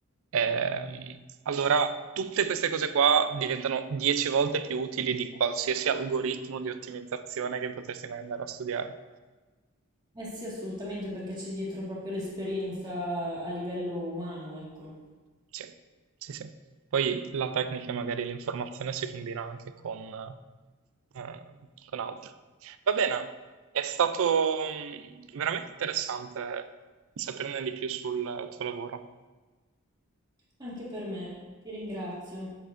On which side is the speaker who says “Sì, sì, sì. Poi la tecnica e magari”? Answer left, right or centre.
Right